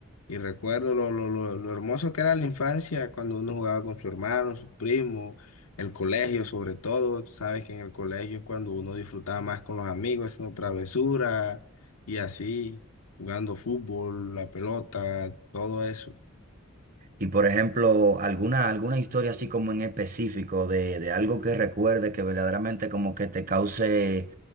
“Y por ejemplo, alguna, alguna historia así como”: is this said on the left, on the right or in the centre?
Right